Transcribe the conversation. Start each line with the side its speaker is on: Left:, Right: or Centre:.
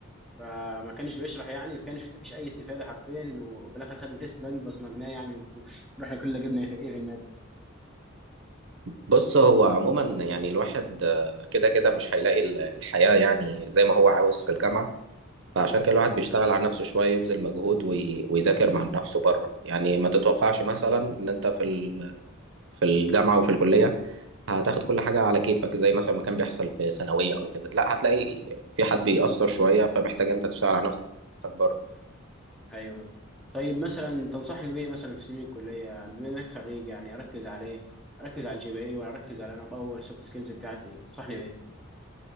Centre: فما كانش بيشرح يعني فكانش مفيش اي استفاده حرفيا وفي الاخر خدنا تيست بنك بصمجناه يعني و- <laughs> ورحنا كلنا جبنا في ايه في الماده
Right: بص هو عموما يعني الواحد آه، كده كده مش هيلاقي ال- الحياة يعني زي ما هو عاوز في الجامعة فعشان
Centre: مم.
Right: كده الواحد بيشتغل على نفسه شوية يبذل مجهود وي- ويذاكر مع نفسه بره يعني ما تتوقعش مثلا ان انت في ال- في الجامعة وفي الكلية هتاخد كل حاجة على كيفك زي مثلا ما كان بيحصل في ثانوية او كده لا هتلاقي في حد بيأثر شوية فمحتاج انت تشتغل على نفسك بره
Centre: ايوه ايوه طيب مثلا تنصحني بيه مثلا في سنين الكليه بما انك خريج يعني اركز على ايه اركز على الجي بي اي ولا اركز على انا اطور السوفت سكيلز بتاعتي تنصحني بيه